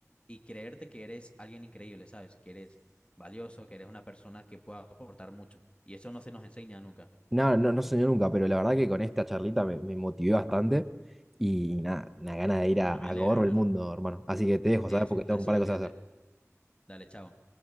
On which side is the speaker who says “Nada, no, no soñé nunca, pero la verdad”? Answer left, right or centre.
Centre